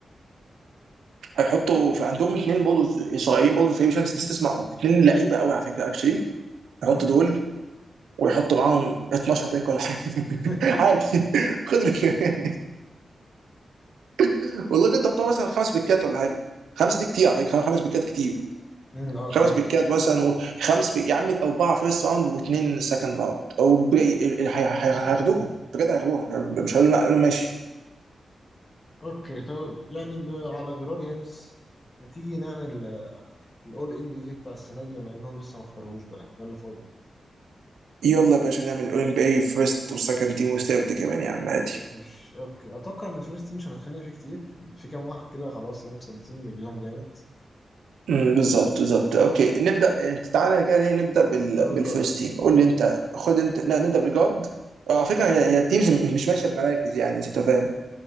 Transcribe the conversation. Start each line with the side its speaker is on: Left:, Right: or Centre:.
Right: هيحطوا في عندهم اثنين برضه صغيرين برضه في الفريق مش عارف، نسيت اسمعهم اثنين لعيبه قوي على فكره اكشلي
Left: مم؟
Right: هيحطوا دول ويحطوا معاهم 12 بيك ولا حاجه <laughs>
Left: <laughs>
Right: عادي خد ال- <laughs> والله كنت بتوع مثلا خمس بيكات ولا حاجه خمسه دي كتير على فكره خمس بيكات كتير
Left: مم، اه
Right: خمس
Left: كتير
Right: بيكات
Left: فشخ
Right: مثلا و- خمس بي... يا عم اربعه فيرست راوند واثنين سكند راوند او بي- ال- ال- هي- هي- هياخدوهم بجد هياخدوها مش هيقولوا لا هيقولوا ماشي
Left: اوكي طب يعني ب... على غرار يانس ما تيجي نعمل الاول ام بي اي بتاع السنه دي بما انهم لسه ما اختاروهوش بقى ده اللي فاضل
Right: يلا يا باشا نعمل اولمبي فيرست وسكند تيم وثيرد كمان يا عم عادي
Left: ماشي اوكي اتوقع ان الفيرست تيم مش هنتخانق فيه كتير في كام واحد كده خلاص يعني مثبتين رجليهم جامد
Right: امم بالظبط بالظبط اوكي نبدا انت تعالى كده هي نبدا بال...
Left: ابدا بالجارد
Right: بالفيرست تيم قول لي انت خد انت لا نبدا بالجارد اه على فكره
Left: ماشي
Right: هي هي التيمز م- مش ماشيه بمراكز يعني انت فاهم